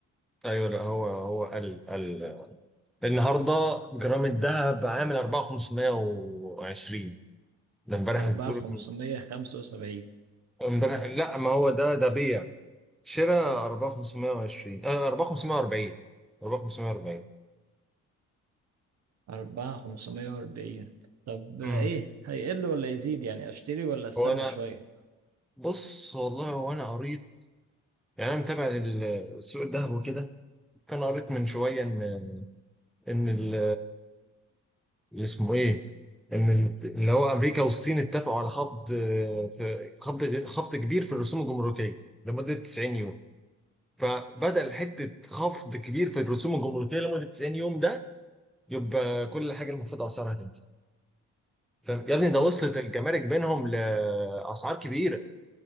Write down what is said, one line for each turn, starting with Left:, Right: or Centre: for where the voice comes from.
Centre: ايوه لا هو هو قل قل النهارده جرام الذهب عامل 4520 ده امبارح
Right: 4575
Centre: بتقول امبارح لا ما هو ده ده بيع شراء 4520 آه 4540 4540
Right: 4540 طب
Centre: امم
Right: آه، ايه هيقل ولا يزيد يعني اشتري ولا استنى
Centre: هو انا
Right: شوية
Centre: بص والله هو انا قريت يعني انا متابع ال- سوق الذهب وكده كان قريت من شويه ان ان ال- اللي اسمه ايه ان ال- اللي هو امريكا والصين اتفقوا على خفض آه، في خفض خفض كبير في الرسوم الجمركيه لمده 90 يوم فبدل حته خفض كبير في الرسوم الجمركيه لمده 90 يوم ده يبقى كل حاجه المفروض اسعارها تنزل فاهم يا ابني ده وصلت الجمارك بينهم لاسعار كبيره